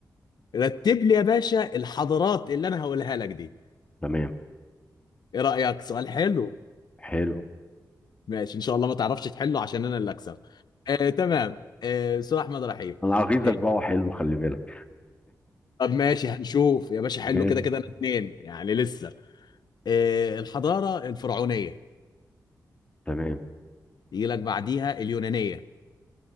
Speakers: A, on the left; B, on the left.
A: رتب لي يا باشا الحضارات اللي انا هقولها لك دي
B: تمام
A: ايه رأيك سؤال حلو
B: حلو
A: ماشي ان شاء الله ما تعرفش تحله عشان انا اللي اكسب آه تمام آه سؤال احمد رحيم
B: انا اغيظك
A: آه
B: بقى وحلو خلي بالك
A: طب ماشي هنشوف يا باشا
B: ماشي
A: حلو كده كده انا اتنين يعني لسه آه الحضارة الفرعونية
B: تمام
A: يجي لك بعديها اليونانية